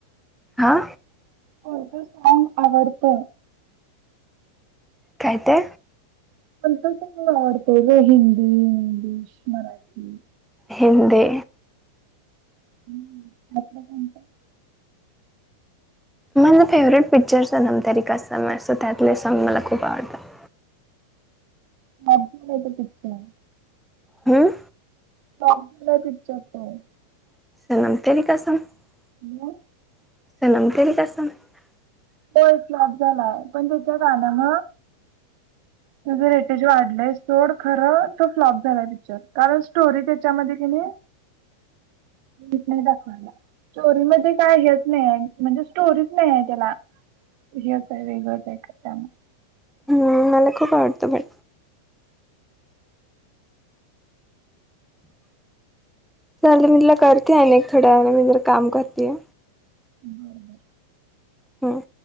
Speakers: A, in the centre; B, on the right.
A: आा
B: पुतं सॉग आवडत
A: काय ते
B: म्हणत तुला आवडतो ग हिंदी इंग्लिश मराठी
A: हिंदी
B: हम्म आपलं कोणत?
A: माझा फेवरेट पिक्चर सनम तेरी कसम ये सो त्यातले सॉंग मला खूप आवडतात.
B: फ्लॉप झालाय तो पिक्चर.
A: हम
B: फ्लॉप झालाय पिक्चर तो.
A: <inaudible>
B: म
A: <inaudible>
B: होय फ्लॉप झालाय पण त्याच्या गाण्यान त्याच रेटेज वाढलंय सोड खरं तो फ्लॉप झालाय पिक्चर कारण स्टोरी त्याच्यामध्ये कि नाही नीट नाही दाखवली स्टोरी मध्ये काय हेच नाही आहे म्हणजे स्टोरीच नाहीये त्याला. हे आता वेगळंच ऐकत त्यामुळं
A: हम्म मला खूप आवडतो पण चांगली मला कर कि हायलाईट. थोड्या वेळाने वैगरे काम करतिये.
B: बर बर.
A: हम्म.